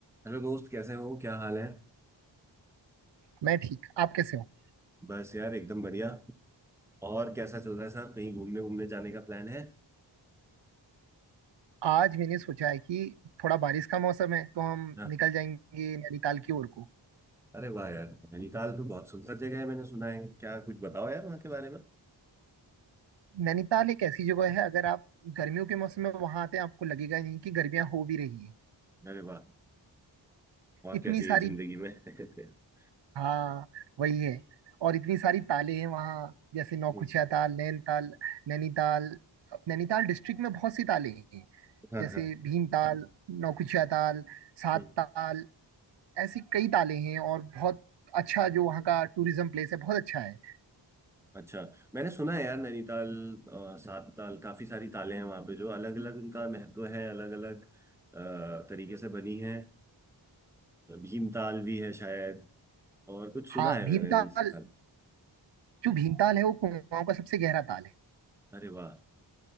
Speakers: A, in the centre; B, on the right.
A: Hello दोस्त कैसे हो क्या हाल है
B: मैं ठीक आप कैसे हो
A: बस यार एकदम बढ़िया और कैसा चल रहा है साहब कहीं घूमने घूमने जाने का प्लान है
B: आज मैंने सोचा है कि थोड़ा बारिश का मौसम है तो हम
A: हाँ
B: निकल जाएंगे नैनीताल की ओर को
A: अरे वाह यार नैनीताल तो बहुत सुंदर जगह है मैंने सुना है क्या कुछ बताओ यार वहाँ के बारे में
B: नैनीताल एक ऐसी जगह है अगर आप गर्मियों के मौसम में वहां आते हैं आपको लगेगा नहीं कि गर्मियां हो भी रही हैं
A: अरे वाह और
B: इतनी
A: क्या चाहिए
B: सारी
A: जिंदगी में <laughs>
B: हाँ वही है और इतनी सारी ताले हैं वहाँ जैसे नौखुचिया
A: हम्म,
B: ताल नैनीताल नैनीताल नैनीताल डिस्ट्रिक्ट में बहुत सी ताले हैं
A: हाँ
B: जैसे
A: हाँ
B: भीमताल नौकुचिया ताल सात
A: हम्म,
B: ताल ऐसी कई ताले हैं और बहुत अच्छा जो वहाँ का टूरिज्म प्लेस है बहुत अच्छा है
A: अच्छा मैंने सुना है यार नैनीताल अ, सात ताल काफी सारी तालें हैं वहाँ पे जो अलग अलग उनका महत्व है अलग अलग तरीके से बनी है भीम ताल भी है शायद और कुछ सुना
B: हाँ
A: है
B: भीमताल
A: मैंने इन सब ताल
B: जो भीमताल है वो कुमाऊं का सबसे गहरा ताल है
A: अरे वाह